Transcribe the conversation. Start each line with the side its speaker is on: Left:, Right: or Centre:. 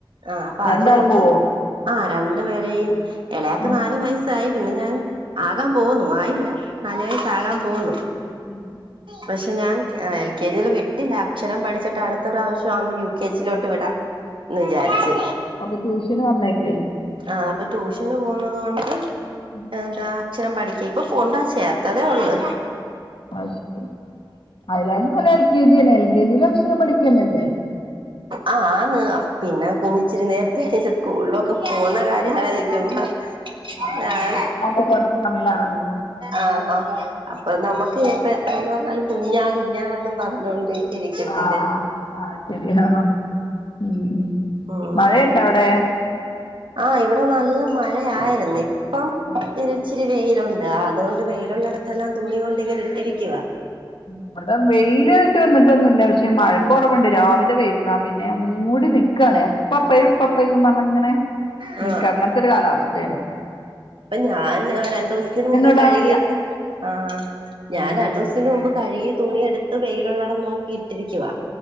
Right: ആഹ് അപ്പം
Left: രണ്ടാളും
Right: അതുകൊണ്ട്
Left: പോവോ
Right: ആഹ് രണ്ട് പേരെയും എളയാക്ക്
Left: ഉം
Right: നാല് വയസ്സായി പിന്നെ ഞാൻ ആകാൻ പോവുന്നു ആയില്ല നാല് വയസ്സാകാൻ പോകുന്നു
Left: ഉം
Right: പക്ഷെ ഞാൻ അ എൽ കെ ജിൽ വി- റ്റില്ല അക്ഷരം പഠിച്ചിട്ട് അടുത്ത പ്രാവശ്യാമ്പം യു കെ ജി യി ലോട്ട് വിടാം വിചാരിച്ച്
Left: അപ്പൊ ട്യൂഷന് പറഞ്ഞയക്കേ
Right: ആഹ് അപ്പ ട്യൂഷന് പോവുന്നതു കൊണ്ട്
Left: <inaudible>
Right: എന്താ അക്ഷരം പഠിക്ക ഇപ്പം പൊണ്ടാ ചേർത്തതേ ഒള്ള്
Left: അത് ശരി അയിലാകാട്ടിലും നല്ലെ എൽ കെ ജി ന്നെ എൽ കെ ജില് അക്ഷരം പഠിക്കന്നെ അല്ലേ
Right: ആഹ് ആന്ന് അ പിന്നെ കുഞ്ഞിച്ചിരി നേരത്തെ എണീച്ച് സ്കൂളിലൊക്കെ പോന്ന കാര്യം ആലോചിക്കമ്പം
Left: അത്
Right: ഞാൻ
Left: ശരി ട്യൂഷൻ അപ്പൊ കൊറച്ച് സമയാണല്ലോല്ലേ
Right: ആഹ് അപ്പം നമ ഇപ്പ എത്രന്ന് പറഞ്ഞാലും കുഞ്ഞാ കുഞ്ഞാന്നും പറഞ്ഞോണ്ട് ഇരിക്കത്തില്ലേ
Left: ആഹ് ആഹ് അത് ശെരിയാ ഉം ഉം
Right: ഉം
Left: മഴയുണ്ടോ അവിടെ
Right: ആഹ് ഇവടെ നല്ല മഴയായിര്ന്ന് ഇപ്പം
Left: ഉം
Right: ഇച്ചിരി വെയിലൊണ്ട് അതുകൊണ്ട് വെയിലൊള്ളടത്തെല്ലാം
Left: ഉം
Right: തുണി കൊണ്ട് ഇങ്ങനെ ഇട്ടിരിക്കുവ
Left: ഇവടെ വെയില് വന്നിട്ടൊന്നുല്ല പക്ഷെ മഴക്ക് കൊറവോണ്ട് രാവിലെ പെയ്തത പിന്നെ മൂടി നിക്കാണേ പ്പ പെയ്യും ഇപ്പ പെയ്യും പർഞ്ങ്ങനെ
Right: ആ
Left: നിക്ക അങ്ങൻത്തെരു കാലാവസ്ഥേണ്.
Right: അപ്പം ഞാൻ രണ്ടൂസത്തിന് മുമ്പേ
Left: ഇടാൻ
Right: കഴുകിയിട്ട്
Left: വയ്യ
Right: ആഹ് ഞാൻ
Left: ഉം
Right: രണ്ടുസത്തിന് മുമ്പ് കഴുകി തുണി എടുത്ത് വെയിലോള്ളടം നോക്കിയിട്ടിരിക്കുവ